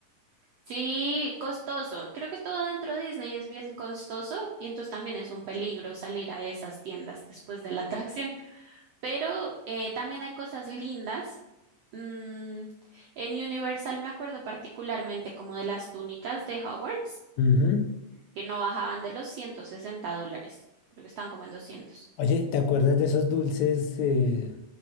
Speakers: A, on the right; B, on the left.
A: Sí, costoso. Creo que todo dentro de Disney es bien costoso y entonces también es un peligro salir a esas tiendas después de la atracción. Pero eh, también hay cosas lindas. Mm, en Universal me acuerdo particularmente como de las túnicas de Hogwarts,
B: Ujú.
A: que no bajaban de los 160 dólares. Creo que estaban como en doscientos.
B: Oye, ¿te acuerdas de esos dulces eh,